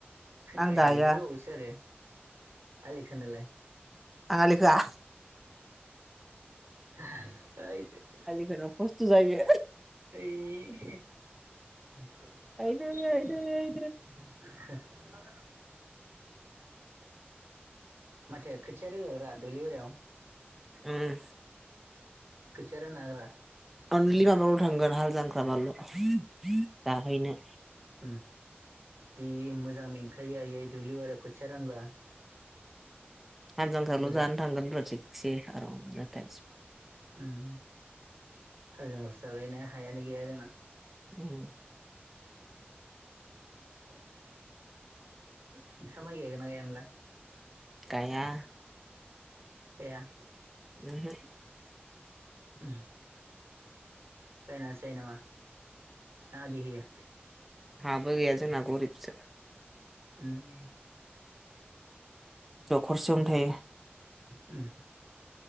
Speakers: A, in the centre; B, on the right (about 85°).
A: आं
B: गायलाय
A: गाया
B: बावोसो आरो। आलि खोनोलाय?
A: आं आलि खोआ।
B: <inaudible> ऐद
A: आलिखोनो खस्थ' जायो
B: ऐ <inaudible>
A: गायदो गायदो गायदो
B: <inaudible> माथो खोथिया रोगाग्रा दुब्लि बारियाव।
A: उम।
B: खोथिया रानना होग्रा।
A: अनलि माबायावल' थांगोन हालजां - माबाल' जाहैनो।
B: उम जि मोजां मेंखायो आयै दुब्लियाव आरो खोथिया रानबा।
A: हालजांख्राल'
B: मोजां
A: जानो थांगोनब्रा थिकसे आरामनो। <inaudible>
B: उम हाल जांख्रासो जालायनो हायानो गैया जोंना।
A: उम।
B: <inaudible> नोंसा माइ गायगोनना गाया मोनलाय?
A: गाया।
B: गाया।
A: उम हो।
B: उम बायनासो जायो नामा? ना आदि होयो?
A: हा बो गैया जोंना गरिब सो।
B: उम।
A: दखरसेयावनो थायो।
B: उम